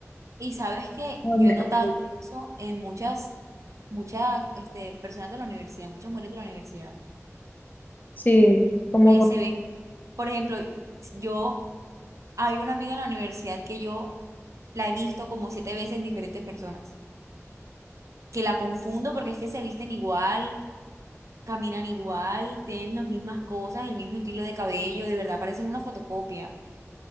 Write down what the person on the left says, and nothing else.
horrible.
Sí, como
con-